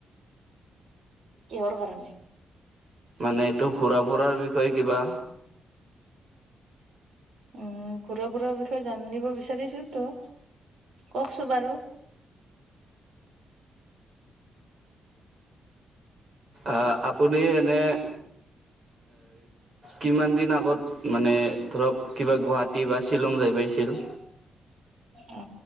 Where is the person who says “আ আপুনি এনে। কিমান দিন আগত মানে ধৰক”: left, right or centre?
Right